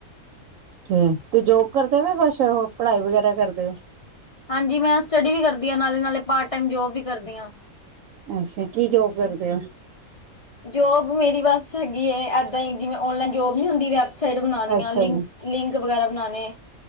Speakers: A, on the right; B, on the left.
A: ਤੇ ਤੇ ਜੋਬ ਕਰਦੇ ਹੋ ਕੁਛ ਓ ਪੜ੍ਹਾਈ ਵਗੈਰਾ ਕਰਦੇ ਓ?
B: ਹਾਂਜੀ ਮੈਂ ਸਟੱਡੀ ਵੀ ਕਰਦੀ ਆ ਨਾਲੇ-ਨਾਲੇ ਪਾਟ ਟੈਮ ਜੋਬ ਵੀ ਕਰਦੀ ਆਂ।
A: ਅੱਛਾ, ਕੀ ਜੋਬ ਕਰਦੇ ਹੋ?
B: ਜੋਬ ਮੇਰੀ ਬਸ ਹੈਗੀ ਏ, ਏਦਾਂ ਈ ਜਿਵੇਂ ਓਨਲਾਈਨ ਜੋਬ ਨੀ ਹੁੰਦੀ, ਵੈਬਸਾਈਟ ਬਣਾਉਣੀਆ
A: ਅੱਛਾ
B: ਲਿੰਕ
A: ਜੀ
B: ਲਿੰਕ ਵਗੈਰਾ ਬਨਾਨੇ